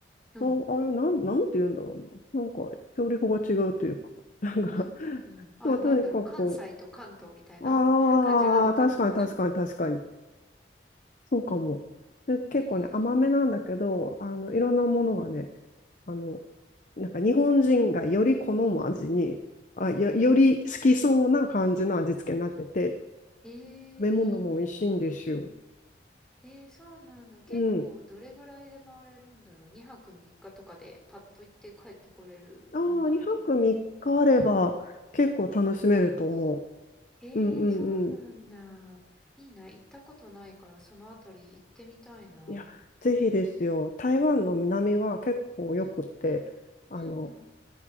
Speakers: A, in the centre; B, on the left.
A: うん、
B: あ、あれ、なん、なんて言うんだろうな。なんか、調理法が違うというか、<laughs> なんか、
A: うん、うん。うんあ、
B: まあ、とにかく、
A: なんだろう。関西と関東みたいな
B: ああ、
A: <laughs> 感じなのかな。
B: 確かに確かに確かに。そうかも。で、結構ね、
A: <laughs> え
B: 甘めなんだけど、
A: え、
B: あの、
A: うん。
B: いろんなものがね、あの、なんか日本人がより好む味に、あ、よ、
A: うん。
B: より好きそうな感じの味付けになってて、
A: ええ、
B: 食べ物も美味しいんですよ。
A: いいね。ええ、そうなんだ。結構、
B: うん。
A: どれぐらいで回れるんだろう。2泊3日とかでパッと行って帰ってこれるもんなのかな。
B: ああ、2泊3日あれば結構楽しめると思
A: ええ、
B: う。うんうんうん。
A: そうなんだ。いいな。行ったことないから、そのあたり行ってみたいな。
B: いや、ぜひですよ。台湾の南は結構よくって、
A: うん、
B: あの、
A: うん、うん。